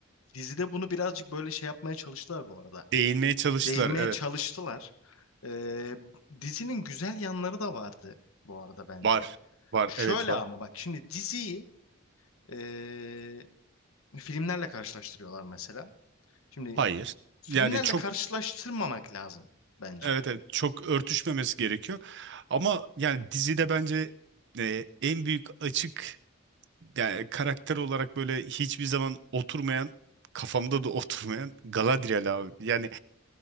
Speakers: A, on the left (about 80°); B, on the right (about 60°).
A: dizide bunu birazcık böyle şey yapmaya çalıştılar bu arada.
B: Değinmeye çalıştılar.
A: Değinmeye
B: Evet.
A: çalıştılar. Ee, dizinin güzel yanları da vardı bu arada bence.
B: Var. Var.
A: Şöyle
B: Evet var.
A: ama bak şimdi diziyi ee, Filmlerle karşılaştırıyorlar mesela. Şimdi
B: Hayır.
A: filmlerle
B: Yani çok
A: karşılaştırmamak lazım bence.
B: evet evet çok örtüşmemesi gerekiyor. Ama yani dizide bence e, en büyük açık yani karakter olarak böyle hiçbir zaman oturmayan, kafamda da <laughs> oturmayan Galadriel abi. Yani